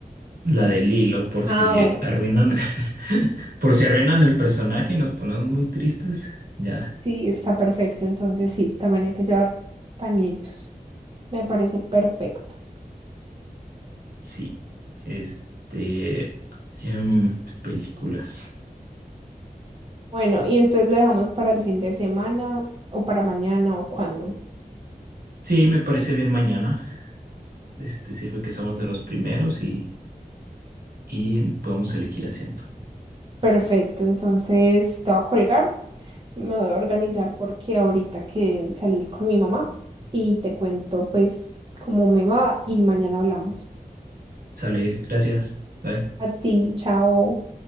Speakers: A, on the right (about 80°); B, on the right (about 35°).
A: la de Lilo, por
B: Ah,
A: si
B: bueno,
A: arruinan, <laughs> por si arruinan el personaje y nos ponemos muy tristes. Ya,
B: sí, está perfecto. Entonces sí, también hay que llevar pañitos. Me parece perfecto.
A: sí. Este, em, películas.
B: Bueno, y entonces lo dejamos para el fin de semana o para mañana o cuando.
A: Sí, me parece bien mañana. Este, sirve que somos de los primeros y, y podemos elegir asiento.
B: Perfecto, entonces te voy a colgar, me voy a organizar porque ahorita que salir con mi mamá y te cuento pues cómo me va y mañana hablamos.
A: Sale, gracias. Bye.
B: A ti, chao.